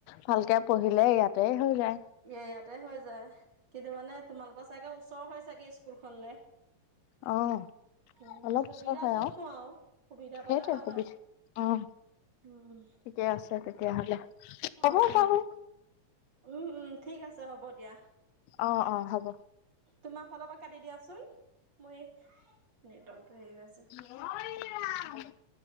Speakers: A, on the left; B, on the right.
A: ভালকে পঢ়িলে ইয়াতে হৈ যায়।
B: এ ইয়াতে হৈ যায় কিন্তু মানে তোমালোকৰ চাগে ওচৰ হয় চাগে স্কুলখনলে।
A: অ'
B: উম,
A: অলপ
B: সুবিধা
A: ওচৰ হয়
B: যত
A: আৰু
B: পাও। সুবিধা
A: সেইটোৱে
B: পালে ভাল
A: সুবিধা।
B: আৰু।
A: অ'
B: উম।
A: ঠিকে আছে তেতিয়াহ'লে। হ'ব
B: অ', অ',
A: বাৰু।
B: উম, উম, ঠিক আছে, হ'ব দিয়া।
A: অ', অ' হ'ব।
B: তোমাৰ ফালৰ পৰা কাটি দিয়াচোন। মোৰ এই নেটৱৰ্কটো হেৰি হৈ আছে।
A: <unintelligible>